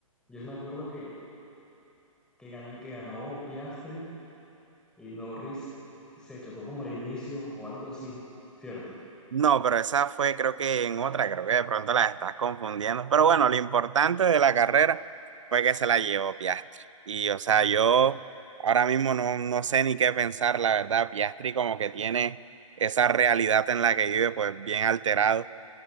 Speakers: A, in the centre; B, on the right.
A: Yo sí me acuerdo que, que ganó, que ganó Piastri y Norris se chocó como al inicio o algo así, ¿cierto?
B: No, pero esa fue creo que en otra, creo que de pronto la estás confundiendo. Pero bueno, lo importante de la carrera fue que se la llevó Piastri. Y o sea, yo ahora mismo no, no sé ni qué pensar, la verdad. Piastri como que tiene esa realidad en la que vive pues bien alterado. O